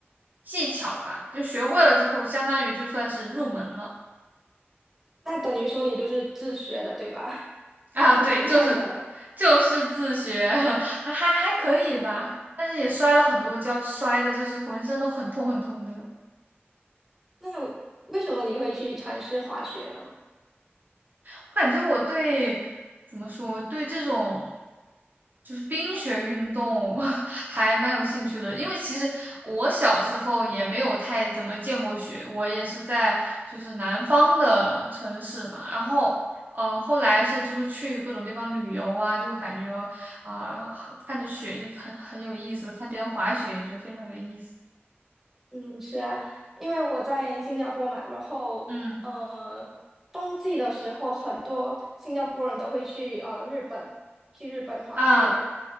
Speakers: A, on the right (about 45°); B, in the centre.
A: 技巧吧，就学会了之后，相当于就算是入门了
B: 那等于说你就是自学的，对吧？
A: <laughs>
B: <laughs>
A: 啊。
B: 那挺厉害的。
A: 对，就是就是自学，<laughs> 还还还可以吧，但是也摔了很多跤，摔的就是浑身都很痛很痛的那种。
B: 那为什么你会去尝试滑雪呢？
A: 我感觉我对怎么说，对这种就是冰雪运动 <laughs> 还蛮有兴趣的，因为其实我小时候也没有太怎么见过雪，我也是在就是南方的城市嘛，然后呃后来是就是去各种地方旅游啊，就会感觉啊、看着雪就很很有意思，看别人滑雪也觉得非常有意思。
B: 嗯，是啊，因为我在新加坡嘛，然后呃，
A: 嗯
B: 冬季的时候，很多新加坡人都会去呃日本，去日本滑雪，
A: 啊，